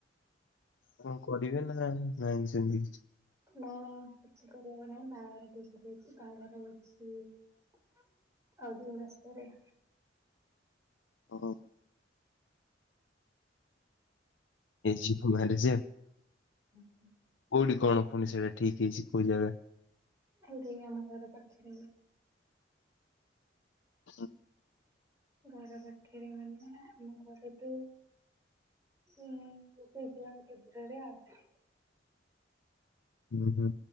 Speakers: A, on the left; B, on the right.
A: କଣ କରିବେ ନା ନାହିଁ ସେମିତି କିଛି?
B: ନାଇଁ ନାଇଁ କିଛି କରିବାକୁ ନାଇଁ ବାହାଘର ଠିକ ହେଇ ଯାଇଛି। ବାହାଘର ହଉଚି ଆଉ ଦି ମାସ ପରେ।
A: ଓହୋ। ଏଇ ଯିବ ବାହହାର ଯେ <unintelligible>
B: ହୁଁ
A: କୋଉଠି କହୁନ ଫୁଣି ସେଇଟା ଠିକ ହେଇଛି କୋଉ ଜାଗା?
B: ଏଇଠି ଆମ ଘର ପାଖରେ।
A: ହ
B: ଘର ପାଖରେ ମାନେ ଆମ ଘର ଟୁ ହୁଁ ସେଇ କିଲୋମିଟର ଦୂରରେ ଆଉ।
A: ଉ ହୁଁ।